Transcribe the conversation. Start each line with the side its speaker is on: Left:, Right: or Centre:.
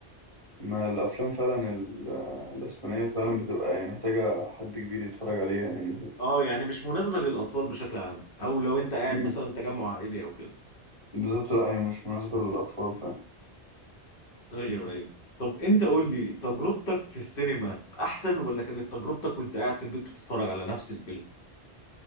Right: ما الافلام فعلا ال... آه، الاسبانية فعلا بتبقى يعني محتاجة حد كبير يتفرج عليها يعني وكده
Left: اه يعني مش مناسبه للاطفال بشكل عام او لو انت قاعد
Right: أمم،
Left: مثلا تجمع عائلي او كده
Right: بالظبط لا هي مش مناسبة للأطفال فعلا
Left: ايوه ايوه طب انت قول لي تجربتك في السينما احسن ولا كانت تجربتك وانت قاعد في البيت بتتفرج على نفس الفيلم